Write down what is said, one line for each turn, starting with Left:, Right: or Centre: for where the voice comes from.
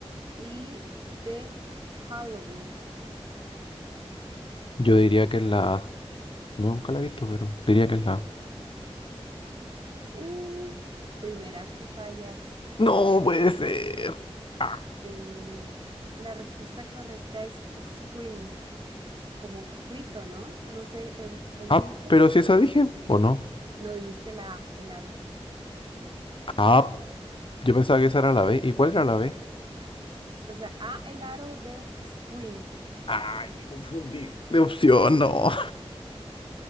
Right: Y D, Halloween.
Left: Yo diría que es la A. No, nunca la he visto, pero diría que es la A.
Right: Uh, primera que fallas.
Left: No puede ser. Ah,
Right: Este, la respuesta correcta es scream, como grito, ¿no? No sé, el, el
Left: Ah,
Right: grito.
Left: pero si esa dije, ¿o no?
Right: No dijiste la A, el aro.
Left: Ah, yo pensaba que esa era la B. ¿Y cuál era la B?
Right: Es- O sea, A, el aro, B, scream.
Left: Ay, me confundí. De opción, no.